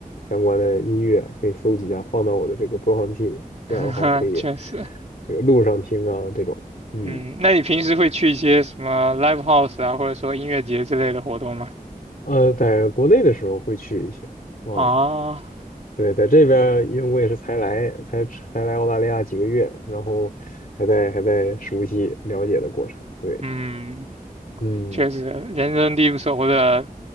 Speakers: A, on the left; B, on the right.
A: 相关的音乐，可以搜集一下，放到我的这个播放器里。
B: <laughs>
A: 这样的话可以
B: 确实，
A: 这个路上听啊，这种。嗯，
B: 嗯，那你平时会去一些什么 live house 啊，或者说音乐节之类的活动吗？
A: 呃，在国内的时候会去一些。啊。
B: 啊，
A: 对，在这边儿因为我也是才来，才才来澳大利亚几个月，然后还在还在熟悉了解的过程。对，
B: 嗯，
A: 嗯，
B: 确实，人生地不熟的，